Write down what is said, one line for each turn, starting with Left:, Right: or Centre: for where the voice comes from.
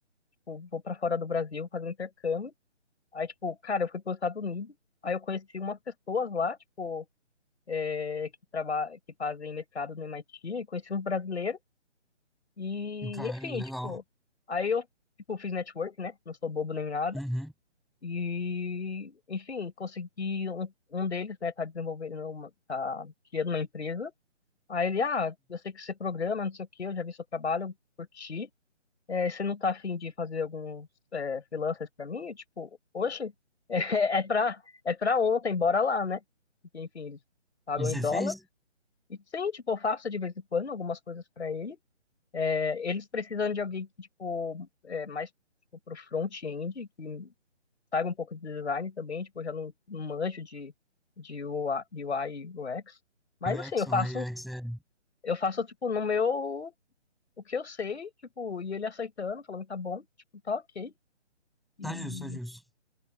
Left: tipo, vou para fora do Brasil fazer um intercâmbio Aí, tipo, cara, eu fui para os Estados Unidos, aí eu conheci umas pessoas lá, tipo, é, que trabalham, que fazem mestrado no MIT, e conheci uns brasileiros, e,
Centre: Caralho,
Left: enfim,
Centre: legal.
Left: tipo, aí eu, tipo, fiz network, né? Não sou bobo nem nada.
Centre: Uhum.
Left: E, enfim, consegui um, um deles, né, tá desenvolvendo, uma, tá criando uma empresa. Aí ele, ah, eu sei que você programa, não sei o quê, eu já vi seu trabalho, eu curti é, você não tá afim de fazer alguns é, freelancers pra mim? Eu, tipo, oxe, <laughs> é, é pra, é pra ontem, bora lá, né? Porque, enfim, eles pagam
Centre: E você
Left: em dólar.
Centre: fez
Left: E sim, tipo, eu faço de vez em quando algumas coisas pra ele. É, eles precisam de alguém que, tipo, é, mais tipo, pro front-end, que saiba um pouco de design também, tipo, eu já não, não manjo de, de UI e UX. Mas
Centre: UX,
Left: assim, eu
Centre: o
Left: faço,
Centre: UX é.
Left: eu faço, tipo, no meu, o que eu sei, tipo, e ele aceitando, falando tá bom, tipo, tá ok. E,
Centre: Tá justo, tá justo.